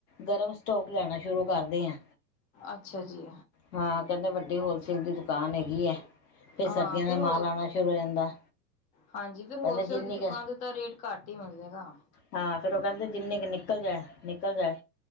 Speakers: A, on the left (about 70°); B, on the left (about 15°).
A: ਗਰਮ ਸਟੋਕ ਲੈਣਾ ਸ਼ੁਰੂ ਕਰਦੇ ਆਂ।
B: ਅੱਛਾ ਜੀ
A: ਹਾਂ ਕੈਂਦਾ ਵੱਡੀ ਹੋਲਸੇਲ ਦੀ ਦੁਕਾਨ ਹੈਗੀ ਐ। ਫਿਰ
B: ਹਾਂ
A: ਸਰਦੀਆਂ
B: ਫਿਰ
A: ਦਾ
B: ਹੋਰ
A: ਮਾਲ ਆਣਾ ਸ਼ੁਰੂ ਹੋ ਜਾਂਦਾ।
B: ਹਾਂਜੀ ਫਿਰ ਹੋਲਸੇਲ
A: ਕਹਿੰਦੇ ਜਿੰਨੀ
B: ਦੀ
A: ਕੁ
B: ਦੁਕਾਨ ਤੇ ਤਾਂ ਰੇਟ ਘੱਟ ਹੀ ਮਿਲੇਗਾ।
A: ਹਾਂ ਫੇਰ ਓ ਕੈਂਦੇ ਜਿੰਨੀੇ ਕੁ ਨਿਕਲ ਜਾਏ ਨਿਕਲ ਜਾਏ।